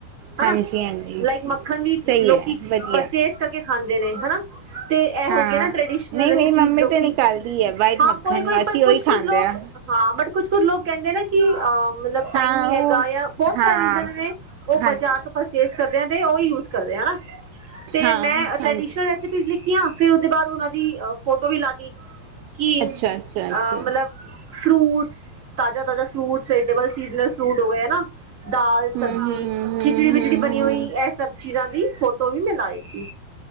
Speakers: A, on the right (about 20°); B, on the right (about 80°).
A: ਹਨਾ
B: ਹਾਂਜੀ ਹਾਂਜੀ
A: ਲਾਈਕ
B: ਸਹੀ
A: ਮੱਖਣ ਵੀ ਲੋਕੀ
B: ਹੈ ਵਧੀਆ
A: ਪਰਚੇਸ ਕਰ ਕੇ ਖਾਂਦੇ ਨੇ ਹਨਾ। ਤੇ ਇਹ ਹੋਗਿਆ
B: ਹਾਂ
A: ਨਾ ਟਡੀਸ਼ਨ
B: ਨਹੀਂ
A: ਰੈਸਪੀ
B: ਮੇਰੀ ਮੰਮੀ
A: ਲੋਕੀ,
B: ਤੇ ਨਿਕਾਲਦੀ ਹੈ ਵਾਈਟ
A: ਹਾਂ
B: ਮੱਖਣ
A: ਕੋਈ -ਕੋਈ
B: ਅਸੀਂ
A: ਪਰ ਕੁਛ-
B: ਉਹੀ
A: ਕੁਛ
B: ਖਾਂਦੇ
A: ਲੋਕ
B: ਆ
A: ਹਾਂ ਬਟ ਕੁੱਝ- ਕੁਛ ਲੋਕ ਕਹਿੰਦੇ ਨਾ ਕਿ ਅ ਮਤਲਬ ਟਾਈਮ
B: ਹਾਂ
A: ਨੀ ਹੈਗਾ
B: ਉਹ
A: ਜਾਂ ਬਹੁਤ
B: ਹਾਂ
A: ਸਾਰੀ ਰੀਜ ਨੇ ਉਹ
B: ਹਾਂਜੀ
A: ਬਜ਼ਾਰ ਤੋਂ ਪਰਚੇਸ ਕਰਦੇ ਆ ਤੇ ਉਹ ਯੂਜ ਕਰਦੇ ਹਨਾ। ਤੇ
B: ਹਾਂ
A: ਮੈਂ ਟ੍ਰਡਿਸ਼ਨਲ
B: ਹਾਂਜੀ
A: ਰੈਸਿਪੀ ਲਿਖੀਆਂ ਫਿਰ ਉਹਦੇ ਬਾਅਦ ਉਹਨਾਂ ਦੀ ਫੋਟੋ ਵੀ ਲਾ ਤੀ। ਕਿ
B: ਅੱਛਾ
A: ਅਹ
B: ਅੱਛਾ ਅੱਛਾ
A: ਮਤਲਬ ਫਰੂਟਸ ਤਾਜ਼ਾ- ਤਾਜ਼ਾ ਫਰੂਟਸ ਵੈਜਟੇਬਲ ਸੀਜਨਲ ਫਰੂਟ ਹੋ ਗਏ ਨਾ ਦਾਲ
B: ਹਮ
A: ਸਬਜ਼ੀ
B: ਹਮ
A: ਖਿਚੜੀ-
B: ਹਮ
A: ਵਿਚੜੀ
B: ਹਮ ਹਮ
A: ਬਣੀ
B: ਹਮ
A: ਹੋਈ ਇਹ ਸਭ ਚੀਜ਼ਾਂ ਦੀ ਫੋਟੋ ਵੀ ਮੈਂ ਲਾ ਦਿੱਤੀ।